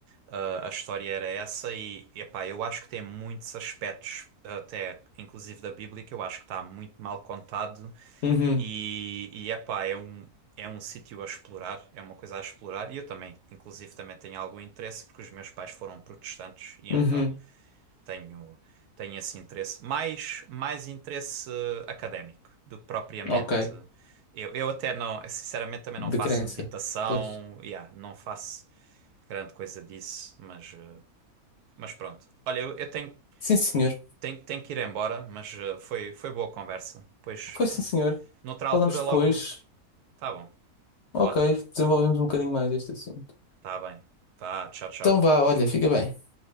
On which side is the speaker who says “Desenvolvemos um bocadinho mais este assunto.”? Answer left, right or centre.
Left